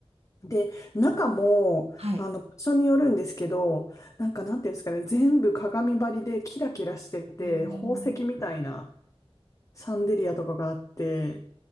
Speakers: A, on the left (about 30°); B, on the right (about 85°).
A: で、中も、
B: はい。
A: あの、場所によるんですけど、なんかなんていうんですかね、全部鏡張りでキラキラしてて、
B: へえ
A: 宝石みたいなシャンデリアとかがあって、